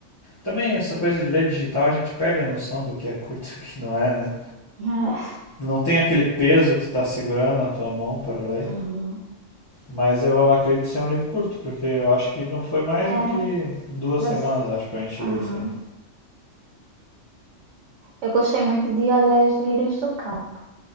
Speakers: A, on the left; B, on the right.
A: Também essa coisa de ler digital, a gente perde a noção do que é curto e o que não é, né?
B: <laughs>
A: Não tem aquele peso que você está segurando na tua mão para ler.
B: Uhum.
A: Mas eu acredito ser um livro curto, porque eu acho que não foi mais
B: É,
A: do que duas
B: deve
A: semanas,
B: se
A: acho, pra gente
B: aham.
A: ler isso aí.
B: Eu gostei muito de Olhar os Lírios do Campo.